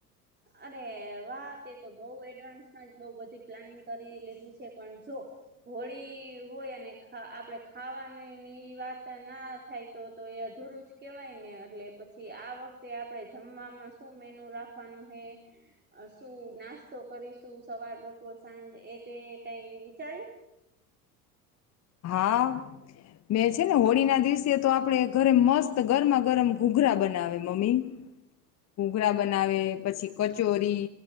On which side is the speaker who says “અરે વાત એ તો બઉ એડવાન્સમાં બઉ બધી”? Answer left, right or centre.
Right